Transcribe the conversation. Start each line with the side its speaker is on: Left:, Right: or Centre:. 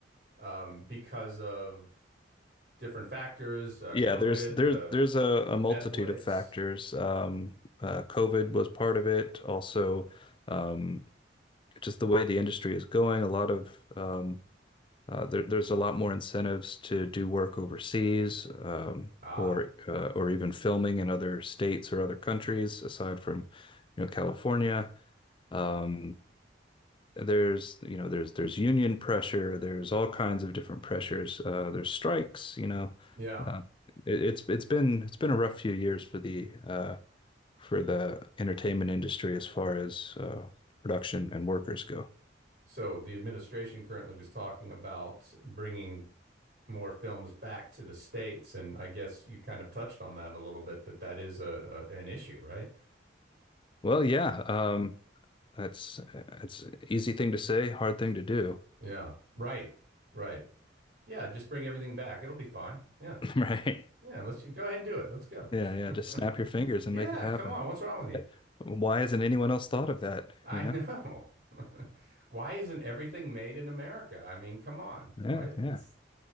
Right: um, because of different factors, uh,
Left: Yeah,
Right: COVID,
Left: there's there's
Right: the
Left: there's a, a multitude
Right: Netflix.
Left: of factors. Um, uh, COVID was part of it. Also, um, just the way the industry is going, a lot of um, Uh, there, there's a lot more incentives to do work overseas, um,
Right: Ah,
Left: or uh, or even filming in other states or other countries aside from, you know, California. Um, there's you know there's there's union pressure. There's all kinds of different pressures. Uh, there's strikes. You know,
Right: yeah.
Left: uh, it, it's it's been it's been a rough few years for the uh, for the entertainment industry as far as uh, production and workers go.
Right: So the administration currently was talking about bringing more films back to the States, and I guess you kind of touched on that a little bit, that that is a, a an issue, right?
Left: Well, yeah. Um, That's it's easy thing to say, hard thing to do,
Right: Yeah. Right. Right. Yeah. Just bring everything back. It'll be fine. Yeah.
Left: <laughs> right?
Right: Yeah, let's ju- go ahead and do it. Let's go.
Left: Yeah, yeah. Just snap
Right: <laughs>
Left: your fingers
Right: Yeah,
Left: and make it happen.
Right: come on. What's wrong with you?
Left: Yeah. Why hasn't anyone else thought of that?
Right: I
Left: You know?
Right: know. <laughs> Why isn't everything made in America? I mean, come on.
Left: Yeah,
Right: Why
Left: yeah,
Right: it's